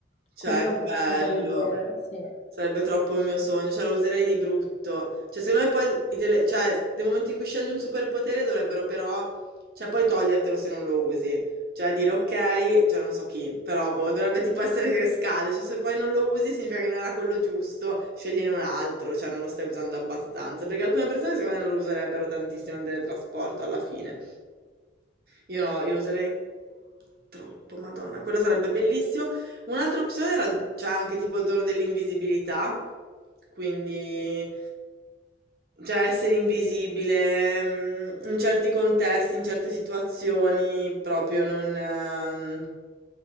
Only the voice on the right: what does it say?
Cioè,
che
bello.
Sarebbe troppo il mio sogno, cioè la userei di brutto. Cioè, secondo me poi, i tele- cioè, nel momento in cui scegli un superpotere dovrebbero però, cioè poi togliertelo se non lo usi. Cioè dire ok, cioè non so chi, però boh, dovrebbe tipo essere che scade, cioè se poi non lo usi significa che non era quello giusto, scegliene un altro, cioè non lo stai usando abbastanza, perché alcune persone secondo me non lo userebbero tantissimo nel teletrasporto alla fine. Io no, io lo userei troppo, Madonna, quello sarebbe bellissimo. Un'altra opzione era c'è anche tipo il dono dell'invisibilità, quindi cioè essere invisibile mm, in certi contesti, in certe situazioni, proprio non ehm,